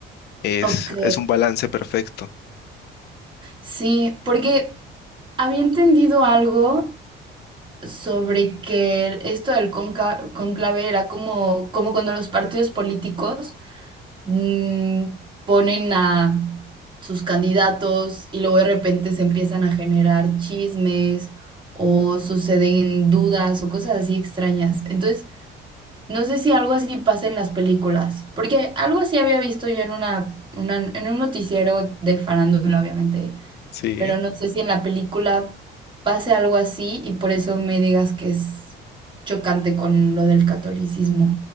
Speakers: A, on the left; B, on the right.
A: Es,
B: Ok.
A: es un balance perfecto,
B: Sí, porque había entendido algo sobre que esto del conca- cónclave era como, como cuando los partidos políticos mm, ponen a sus candidatos y luego de repente se empiezan a generar chismes o suceden dudas o cosas así extrañas. Entonces, no sé si algo así pasa en las películas, porque algo así había visto yo en una, una- en un noticiero de farándula, obviamente,
A: ¿sí?
B: pero no sé si en la película pase algo así y por eso me digas que es chocante con lo del catolicismo.